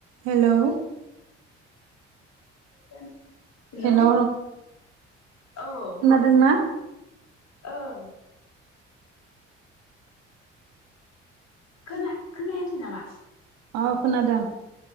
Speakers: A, on the right; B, on the left.
A: Hello
B: hello
A: hello
B: औ
A: दोंना
B: ओं खोना खोनायाखै नामा?
A: अ खोनादों।